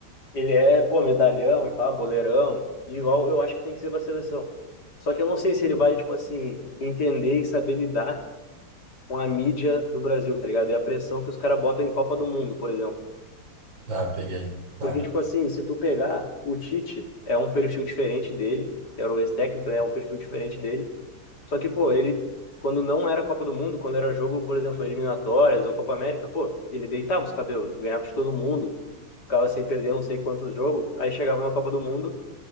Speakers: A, on the left; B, on the right.
A: ele é, pô, medalhão e pá, boleirão, e igual eu acho que tem que ser pra seleção. Só que eu não sei se ele vai, tipo assim, entender e saber lidar com a mídia do Brasil, tá ligado? E a pressão que os caras botam em Copa do Mundo, por exemplo.
B: Tá, peguei. Tá.
A: Porque, tipo assim, se tu pegar, o Tite é um perfil diferente dele, era o ex-técnico, né? É um perfil diferente dele. Só que, pô, ele, quando não era Copa do Mundo, quando era jogo, por exemplo, eliminatórias ou Copa América, pô, ele deitava os cabelos, ganhava de todo mundo, ficava sem perder não sei quantos jogos. Aí chegava na Copa do Mundo,